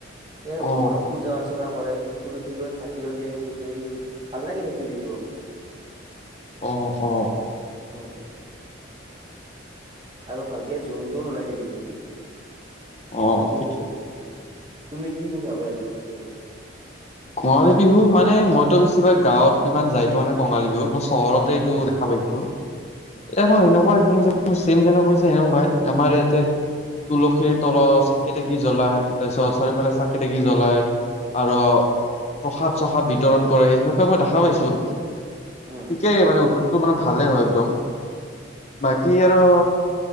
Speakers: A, on the right; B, on the left.
A: ই
B: অ
A: ভগৱানক পূজা অৰ্চনা কৰে তুলসী গত চাকি কিয় দিয়া সেইোৰ সেই ভাল লাগে সেইটো বিহু।
B: অ, অ,
A: আহ, আৰু ভালকে যোনটোন ওলাই আহি বিহুত।
B: অ
A: বাকী
B: ঠিকে
A: তুমি কি বুলি ভাবা এইটো বস্তুত?
B: কঙালী বিহু মানে মইতো বেছিভাগ গাঁৱত ইমান যাই পোৱা নাই কঙালী বিহুত মই চহৰত তে
A: উম
B: এইটো
A: উম
B: দেখা পাইছোঁ। এ মই সেনেকুৱা
A: উম
B: তুমি চছেম যেনেকুৱা হৈছে সেনেকুৱাই আমাৰ ইয়াতে, তুলসীৰ তলত চাকি তাকি জ্বলাই তাৰপিছত চাৰিওফালে চাকি তাকি জ্বলাই। আৰু প্ৰসাদ চসাদ বিতৰণ কৰে সেনেকুৱা মই দেখা পাইছোঁ ঠিকেই
A: উম
B: মানে উৎসৱ মানে ভালেই হয় একদম। বাকী আৰু